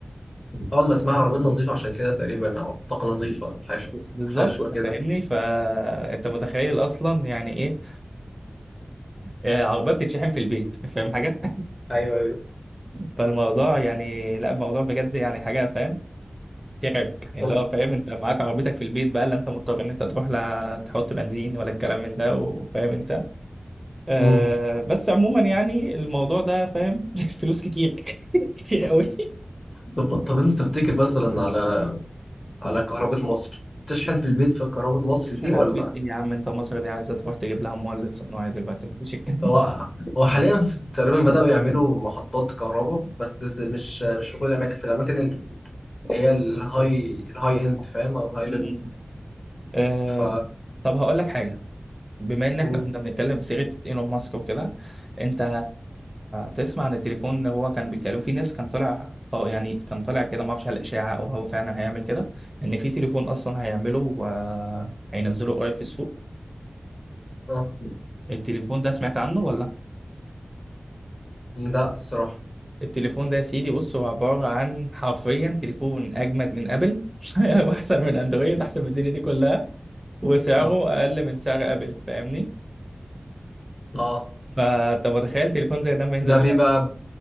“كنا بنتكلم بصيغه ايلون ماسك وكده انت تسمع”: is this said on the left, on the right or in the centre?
Right